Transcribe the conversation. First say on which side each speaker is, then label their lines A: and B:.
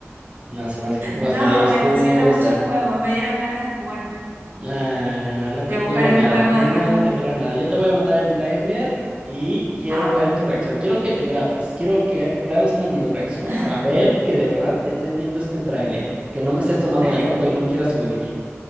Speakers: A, on the right; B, on the right.
A: No hace falta que pongas
B: No,
A: por ahí excusas.
B: me emocionó mucho el juego, me dieron ganas de jugar,
A: No, no, no, no te
B: de buscar
A: creo
B: el
A: nada,
B: juego
A: no
B: de Batman.
A: te creo nada. Yo te voy a mandar el tráiler y quiero
B: Ah,
A: ver
B: bueno.
A: tu reacción. Quiero que te grabes, quiero que ha- grabes una videoreacción
B: <laughs>
A: para ver que de verdad estés viendo este tráiler, que no me estés tomando
B: Dale,
A: de loco y no quieras huir.